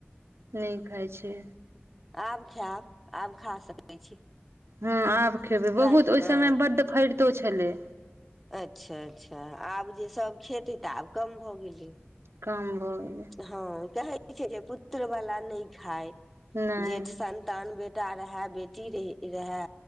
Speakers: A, on the right; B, in the centre.
A: नइ खाय छै।
B: आब खैब, आब खा सकै छी।
A: हँ आब खेबै। बहुत
B: कै
A: ओइ
B: हँ
A: समय मे बड्ड फरि तो छेले।
B: अच्छा अच्छा। आब जे सभ खेते तऽ आब कम भऽ गेलै।
A: काम भऽ गेलै
B: हँ कहै कहै छै जे पुत्र वला नइ खाय।
A: नहि
B: जेठ संतान बे बेटा रहे बेटी रही रहे